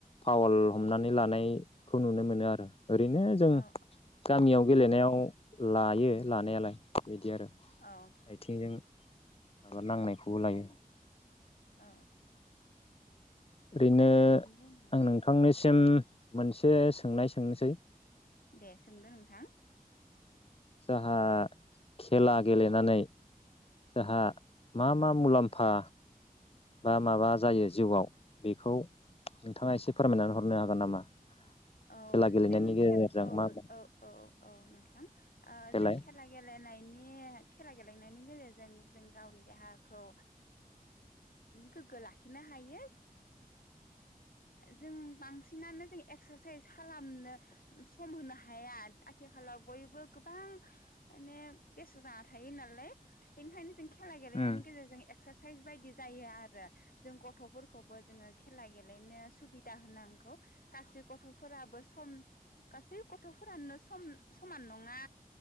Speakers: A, on the left; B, on the left.
A: पावल हमनानै लानायखौ नुनो मोनो आरो। ओरैनो जों
B: औ
A: गामियाव गेलेनायाव लायो लानायालाय बिदि आरो।
B: औ
A: आथिंजों माबा नांनायखौबो
B: औ
A: लायो।
B: औ।
A: ओरैनो
B: आरो बेनि उनाव
A: आं नोंथांनिसिम मोनसे सोंनाय सोंनोसै।
B: दे सोंदो नोंथां
A: साह <unintelligible> खेला गे नै जोंहा मा मा मुलाम्फा बा माबा जायो जिउआव बेखौ नोंथाङा एसे फोरमायनानै हरनो हागोन नामा।
B: औ
A: खेला गेलेनायनि
B: जों
A: गेजेरजों
B: औ
A: मा मा
B: औ औ औ नोंथां ओ
A: देलाय
B: जों खेला गेलेनाय खेला गेलेनायनि गेजेरजों जों गावनि देहाखौ गोगो लाखिनो हायो जों बांसिनानो एकसा साइस खालामनो सम होनो हाया आथिखालाव बयबो गोबां माने बेसट' जाना थायो नालाय बेनिखायनो। खेला गेलेनायनि
A: उम
B: गेजेरजों एक्सारस बायदि जायो आरो जों गथ'फोरखौबो जोङो खेला गेलेनो सुबिदा होनांगौ गासिबो गथ'फोराबो सम गासै गथ'फोरानो सम समान नङा